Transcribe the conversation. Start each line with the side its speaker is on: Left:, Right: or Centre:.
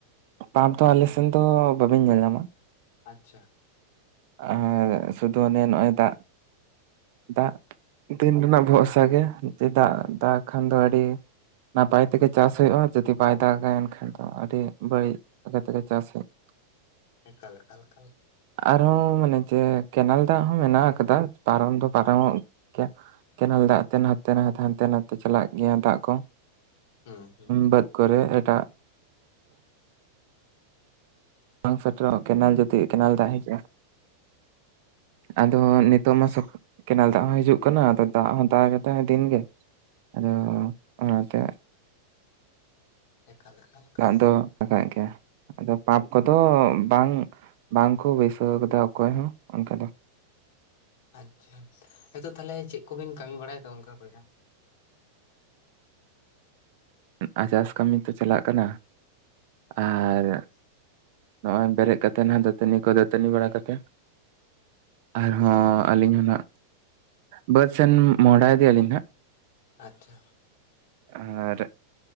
Right: ᱯᱟᱯ ᱫᱚ ᱟᱞᱮᱥᱱ ᱫᱚ ᱵᱟᱵᱤᱱ ᱧᱮᱞ ᱧᱟᱢᱟ᱾
Left: ᱟᱪᱪᱷᱟ‍᱾
Right: ᱟᱨ ᱥᱩᱫᱩ ᱚᱱᱮ ᱱᱚᱜᱼᱭ ᱫᱟᱜ᱾ ᱫᱟᱜ ᱫᱤᱱ ᱨᱮᱱᱟᱜ ᱵᱷᱚᱨᱥᱟ ᱜᱮ ᱫᱟᱜ ᱫᱟᱜ ᱠᱷᱟᱱ ᱫᱚ ᱟᱹᱰᱤ ᱱᱟᱯᱟᱭ ᱛᱮᱜᱮ ᱪᱟᱥ ᱦᱩᱭᱩᱜᱼᱟ ᱡᱩᱫᱤ ᱵᱟᱭ ᱫᱟᱜᱟ ᱮᱱᱠᱷᱟᱱ ᱫᱚ ᱟᱹᱰᱤ ᱵᱟᱹᱲᱤᱡ ᱛᱮᱜᱮ ᱪᱟᱥ ᱦᱩᱭᱩᱜᱼᱟ᱾
Left: ᱮᱠᱟᱞ ᱠᱟᱞ ᱠᱟᱞ᱾
Right: ᱦᱩ ᱢᱟᱱᱮ ᱪᱮ ᱠᱮᱱᱮᱞ ᱫᱟᱜ ᱦᱚᱸ ᱢᱮᱱᱟᱜ ᱟᱠᱟᱫᱟ ᱯᱟᱨᱚᱢ ᱫᱚ ᱯᱟᱨᱚᱢᱚᱜ
Left: ᱦᱩᱸ
Right: ᱠᱮᱱᱮᱞ ᱫᱟᱜ ᱛᱮ ᱱᱟᱛᱮ ᱱᱟᱛᱮ ᱦᱟᱱᱛᱮ ᱱᱟᱛᱮ ᱪᱟᱞᱟᱜ ᱜᱮᱭᱟ ᱫᱟᱜ ᱠᱚ᱾
Left: ᱦᱩᱸ ᱦᱩᱸ
Right: ᱵᱟᱫᱽ ᱠᱚᱨᱮ ᱮᱴᱟᱜ ᱵᱟᱝ ᱥᱮᱴᱮᱨᱚᱜᱟ ᱠᱮᱱᱮᱞ ᱡᱩᱫᱤ ᱠᱮᱱᱮᱞ ᱫᱟᱜ ᱦᱤᱡᱩᱼᱟ᱾ ᱟᱫᱚ ᱱᱤᱛᱳ
Left: ᱟᱪᱪᱷᱟ
Right: ᱢᱟ ᱥᱚ ᱠᱮᱱᱮᱞ ᱫᱟᱜ ᱦᱚᱸ ᱦᱤᱡᱩᱜ ᱠᱟᱱᱟ ᱟᱫᱚ ᱫᱟᱜ ᱦᱚᱸ ᱫᱟᱜ ᱫᱟᱭ ᱫᱤᱱᱜᱮ‍᱾ ᱟᱫᱚ ᱚᱱᱟᱛᱮ
Left: ᱮᱠᱟᱞ ᱮᱠᱟᱞ ᱮᱠᱟᱞ
Right: ᱫᱟᱜ ᱫᱚ <unintelligible> ᱜᱮᱭᱟ ᱟᱫᱚ ᱯᱟᱯ ᱠᱚᱫᱚ ᱵᱟᱝ ᱵᱟᱝᱠᱚ ᱵᱟᱹᱭᱥᱟᱹᱣ ᱟᱠᱟᱫᱟ ᱚᱠᱚᱭ ᱦᱚᱸ ᱚᱱᱠᱟ ᱫᱚ᱾
Left: ᱟᱪᱪᱷᱟ ᱱᱤᱛᱚᱜ ᱛᱟᱦᱞᱮ ᱪᱮᱫ ᱠᱚᱵᱤᱱ ᱠᱟᱹᱢᱤ ᱵᱟᱲᱟᱭᱮᱫᱚ ᱚᱱᱠᱟ ᱵᱚᱭᱦᱟ?
Right: ᱟᱨ ᱪᱟᱥ ᱠᱟᱹᱢᱤ ᱛᱚ ᱪᱟᱞᱟᱜ ᱠᱟᱱᱟ᱾ ᱟᱨ
Left: ᱦᱮᱸ
Right: ᱱᱚᱜᱼᱚᱭ ᱵᱮᱨᱮᱫ ᱠᱟᱛᱮ ᱱᱟᱦᱟᱜ ᱫᱟᱹᱛᱟᱹᱱᱤ ᱠᱚ ᱫᱟᱹᱛᱟᱹᱱᱤ ᱵᱟᱲᱟ ᱠᱟᱛᱮ ᱟᱨᱦᱚᱸ
Left: ᱟᱪᱪᱷᱟ
Right: ᱟᱹᱞᱤᱧ ᱦᱚᱸ ᱱᱟᱜ ᱵᱟᱹᱫᱽ ᱥᱮᱱ ᱢᱚᱦᱰᱟ ᱤᱫᱤᱟᱞᱤᱧ ᱦᱟᱸᱜ᱾
Left: ᱟᱪᱪᱷᱟ
Right: ᱟᱨ